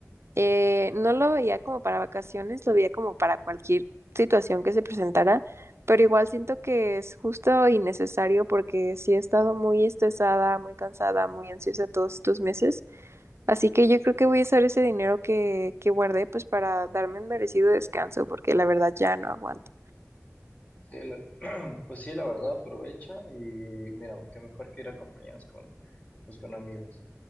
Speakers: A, on the right; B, on the left.
A: eh, no lo veía como para vacaciones, lo veía como para cualquier situación que se presentara, pero igual siento que es justo y necesario porque sí he estado muy estresada, muy cansada, muy ansiosa todos estos meses, así que yo creo que voy a usar ese dinero que, que guardé pues para darme un merecido descanso porque la verdad ya no aguanto.
B: Sí, la- <clears throat> pues sí, la verdad, aprovecha y mira, qué mejor que ir acompañados con, pues con amigos.